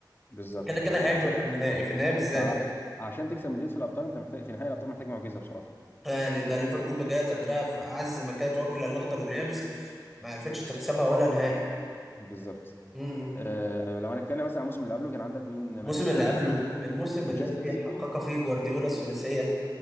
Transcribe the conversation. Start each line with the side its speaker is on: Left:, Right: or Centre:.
Left: بالظبط
Centre: كده
Left: اه
Centre: كده هياكلك
Left: انت عشان
Centre: في النهائي في النهائي بالذات
Left: انت ع-
Centre: يعني
Left: عشان تكسب مدريد في الابطال انت محتاج في نهائي الابطال محتاج معجزه بصراحه
Centre: يعني ده ليفربول بجد قدرها في
Left: مم.
Centre: عز ما كانت واكلة الاخضر واليابس ما عرفتش تكسبها ولا نهائي
Left: بالظبط
Centre: امم
Left: آه، لو هنتكلم مثلا عن الموسم اللي قبله كان عندك مين
Centre: الموسم
Left: مانشستر
Centre: اللي قبله الموسم
Left: مانشستر
Centre: الذي
Left: سيتي
Centre: حقق فيه جوارديولا الثلاثية